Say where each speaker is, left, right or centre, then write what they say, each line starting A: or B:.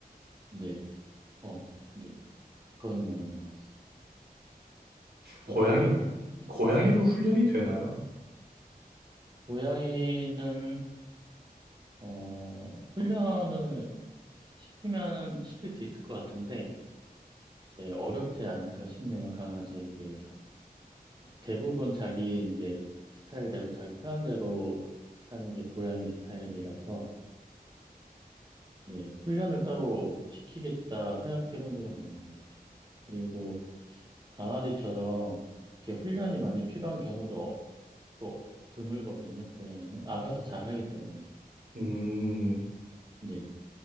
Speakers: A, on the right (about 25°); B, on the right (about 75°).
A: 네, 어, 네, 그거는 맞는 것 같습니다. 그러시구나.
B: 고양이
A: 네.
B: 고양이도 훈련이 되나요?
A: 고양이는 어, 훈련을 시키면 시킬 수 있을 것 같은데, 네, 어렵지 않을까 싶네요. 강아지에 비해서. 대부분 자기 이제 스타일대로, 자기 편한 대로 사는 게 고양이 스타일이라서, 네, 훈련을 따로 시키겠다 생각해 본 적은 없는 것 같아요. 그리고 강아지처럼 이렇게 훈련이 많이 필요한 경우도 어- 또 어- 드물거든요, 고양이는. 알아서 잘 하기 때문에.
B: 음,
A: 네,